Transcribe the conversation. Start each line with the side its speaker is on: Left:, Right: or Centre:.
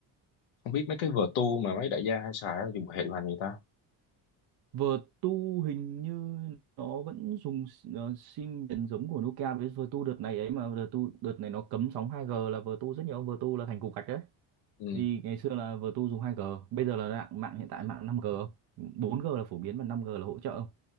Left: không biết mấy cái Vertu mà mấy đại gia hay xài á, dùng hệ điều hành người ta
Right: Vertu hình như nó vẫn dùng ờ, sim miền giống của Nokia với Vertu đợt này ấy mà Vertu đợt này nó cấm sóng 2G là Vertu rất nhiều ông Vertu là thành cục gạch đấy
Left: ừ.
Right: vì ngày xưa là vừa tu dùng 2G bây giờ là mạng, mạng hiện tại mạng 5G 4G là phổ biến và 5G là hỗ trợ không